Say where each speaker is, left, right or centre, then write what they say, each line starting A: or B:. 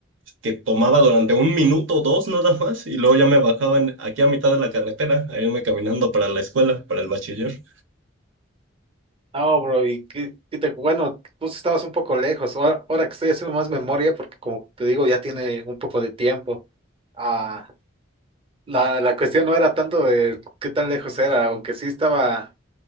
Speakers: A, on the right (about 75°); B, on the right (about 30°).
A: que tomaba durante un minuto o dos nada más y luego ya me bajaba en- aquí a mitad de la carretera a irme caminando para la escuela, para el bachiller.
B: No, bro, y qué, qué te- bueno, vos estabas un poco lejos. Ahora, ahora que estoy haciendo más memoria, porque como te digo, ya tiene un poco de tiempo. Ah, la, la cuestión no era tanto de qué tan lejos era, aunque sí estaba